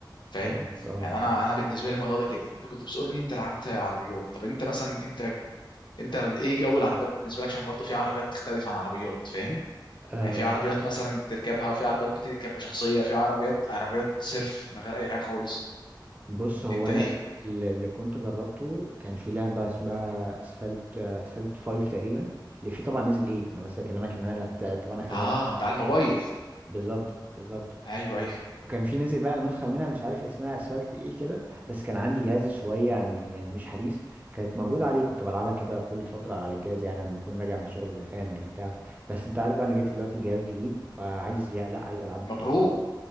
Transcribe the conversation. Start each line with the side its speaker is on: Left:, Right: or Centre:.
Left: فاهم
Right: فاهمك اه
Left: يعني انا
Right: فاهم
Left: انا بالنسبه لي الموضوع ده كده انت كنت بتسالني انت لعبت عربيات طب انت مثلا انت انت ايه جو العربيات بالنسبه لك عشان برضه في عربيات تختلف عن عربيات فاهم
Right: اه
Left: يعني في عربيات مثلا بتركبها وفي عربيات بتركب بشخصيه في عربيات عربيات سيرف من غير اي حاجه خالص
Right: بص هو
Left: انت
Right: انا
Left: ايه
Right: ال- اللي كنت جربته كان في لعبه اسمها اسفلت اسفلت 5 تقريبا اللي فيه طبعا نزل 8 انا بس بكلمك ان انا لعبتها طبعا اخر
Left: اه
Right: مره من
Left: ده
Right: زمان
Left: على الموبايل
Right: جدا بالظبط بالظبط
Left: ايوه
Right: و-
Left: ايوه
Right: وكان في نزل بقى نسخه منها مش عارف اسمها اسفلت ايه كده بس كان عندي جهاز شويه م- يعني مش حديث كانت موجوده عليه كنت بلعبها كده كل فتره على الجهاز يعني لما اكون راجع من شغل زهقان ولا بتاع بس انت عارف بقى انا جبت دلوقتي جهاز جديد فعايز يع- لا عايز العاب
Left: مبروك
Right: تكون